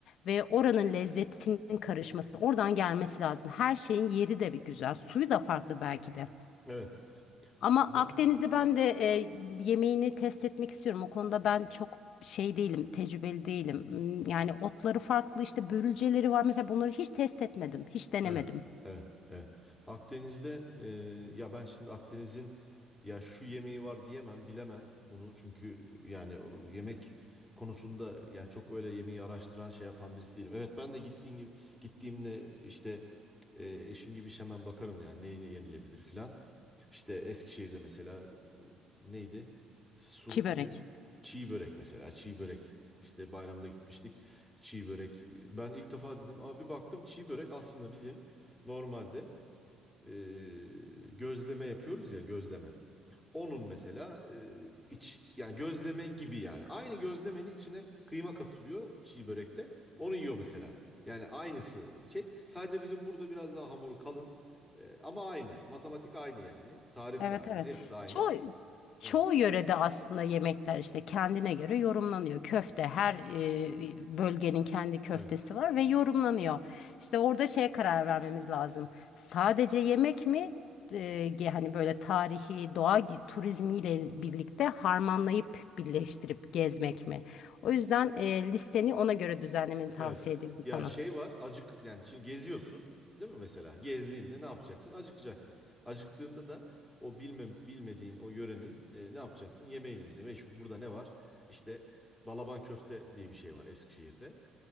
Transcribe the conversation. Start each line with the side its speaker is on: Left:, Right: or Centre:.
Left: ve oranın lezzetinin karışması, oradan gelmesi lazım. Her şeyin yeri de bir güzel. Suyu da farklı belki de.
Centre: Evet.
Left: Ama
Centre: Bu
Left: Akdeniz'i ben de e, yemeğini test etmek istiyorum. O konuda ben çok şey değilim, tecrübeli değilim. Hmm, Yani otları farklı, işte börülceleri var. Mesela bunları hiç test etmedim, hiç denemedim.
Centre: evet. Evet. Evet. Akdeniz'de e, ya ben şimdi Akdeniz'in ya şu yemeği var diyemem, bilemem bunu. Çünkü yani o yemek konusunda yani çok öyle yemeği araştıran şey yapan birisi değilim. Evet ben de gittiğim gibi gittiğimde işte e, eşin gibi hemen bakarım yani ne yenilebilir filan. İşte Eskişehir'de mesela neydi? Sulu,
Left: Çibörek.
Centre: ne? Çiğ börek mesela. Çiğ börek. İşte bayramda gitmiştik. Çiğ börek. Ben ilk defa dedim. Abi bir baktım çiğ börek aslında bizim normalde eee, gözleme yapıyoruz ya gözleme. Onun mesela e, iç yani gözleme gibi yani. Aynı gözlemenin içine kıyma katılıyor çiğ börekte. Onu yiyor mesela. Yani aynısı şey. Sadece bizim burada biraz daha hamuru kalın. E, ama aynı. Matematik aynı yani. Tarif
Left: Evet
Centre: de aynı.
Left: evet.
Centre: Hepsi aynı.
Left: Çoğu çoğu
Centre: Evet.
Left: yörede aslında yemekler işte kendine göre yorumlanıyor. Köfte her e, bölgenin kendi köftesi
Centre: Evet.
Left: var ve yorumlanıyor. İşte orada şeye karar vermemiz lazım. Sadece yemek mi? E, ge- hani böyle tarihi doğa gi- turizmiyle birlikte harmanlayıp birleştirip gezmek mi? O yüzden e, listeni ona göre düzenlemeni tavsiye
Centre: Evet.
Left: ediyorum
Centre: Ya
Left: sana.
Centre: şey var, acık yani şimdi geziyorsun, değil mi mesela? Gezdiğinde ne yapacaksın? Acıkacaksın. Acıktığında da o bilme, bilmediğin o yörenin e, ne yapacaksın? Yemeğini mesela. Meşhur burada ne var? İşte balaban köfte diye bir şey var Eskişehir'de.